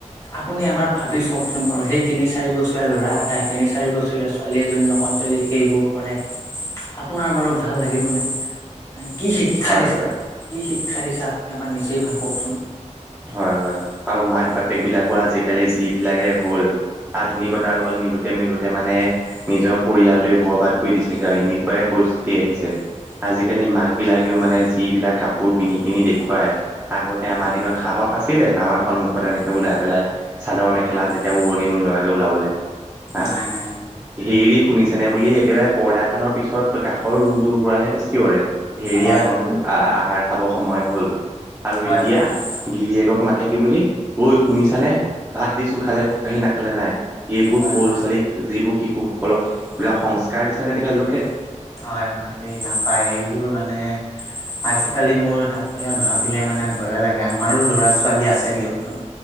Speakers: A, on the left; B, on the right.
A: আপুনি এবাৰ ভাবি চওকচোন বাৰু সেই তিনি চাৰি বছৰীয়া ল'ৰা এটাই তিনি চাৰি বছৰীয়া ছোৱালী এজনীৰ লগত যদি সেইবোৰ কৰে আপোনাৰ বাৰু ভাল লাগিবনে? কি শিক্ষা
B: হয়
A: দিছে
B: হয়
A: কি শিক্ষা দিছে আপুনি এবাৰ নিজেই ভাবকচোন।
B: হয় হয় আৰু মাক বাপেক বিলাকো আজিকালি যি বিলাকে হ'ল আধুনিকতাৰ লগত মিলোঁতে মিলোঁতে মানে নিজৰ পৰিয়ালটোৱে বৰবাদ কৰি দিছেগে আৰু এনেকোৱাই পৰিস্থিতি আহিছে, আজিকালি মাক বিলাকেও মানে যিবিলাক কাপোৰ পিন্ধি পিনি দেখুৱায় আগতে আমাৰ দিনত সাহস আছিলে আমাৰ সন্মুখত এনেকে ওলাই পেলাই চাদৰ মেখেলা
A: নাই
B: যেতিয়া
A: নাই
B: উৰণি নোলোৱা কে ওলাবলে হা
A: নাই নাই নাই নাই
B: হেৰি শুনিছেনে বুলি একেবাৰে পৰ্দাখনৰ পিছত কাষৰ ৰুমটোৰ পৰাহে চিঞৰে হেৰি
A: হয়
B: আহক
A: হয়
B: আহ আহাৰ খাব সময় হ'ল। আৰু
A: হয়
B: এতিয়া
A: হয় হয়।
B: গিৰিয়েকক মাতে কি বুলি ঐ শুনিছানে ভাত দিছো খালে খুৱাহি নাখালে নাই। এইবোৰ
A: হয়
B: সৰু
A: হয়
B: ল'ৰা ছোৱালীক যিবোৰ শিশুসকলক এইবিলাক সংস্কাৰ দিছে নে তেখেতলোকে
A: হয় হয় দেই নাপায় এইবোৰ মানে আজিকালি মোৰ তাকেহে ভাবিলে মানে ভয় লাগে আমাৰো ল'ৰা- ছোৱালী আছে দিয়কচোন।